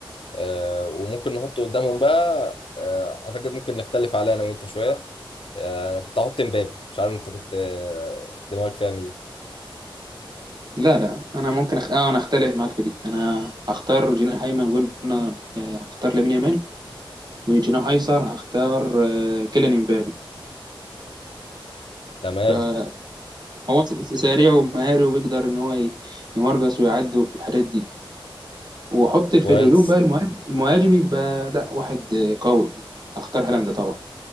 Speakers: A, on the left (about 70°); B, on the right (about 50°).
A: آه، وممكن نحطه قدامهم بقى آه، اعتقد ممكن نختلف عليه انا وانت شوية انا كنت هحط مبابي مش عارف انت كنت آه، دماغك فيها مين
B: لا لا انا ممكن أخ... اه انا اختلف معاك في دي انا هختار جناح ايمن قلنا آه، هختار لامين يامال وجناح ايسر هختار آه، كيليان امبابي
A: تمام
B: بقى هو س- سريع ومهاري وبيقدر ان هو ي- يمرقص ويعدي والحاجات دي واحط في
A: كويس
B: الهجوم بقى المهاجم المهاجم يبقى لا واحد آه، قوي هختار هالاند طبعا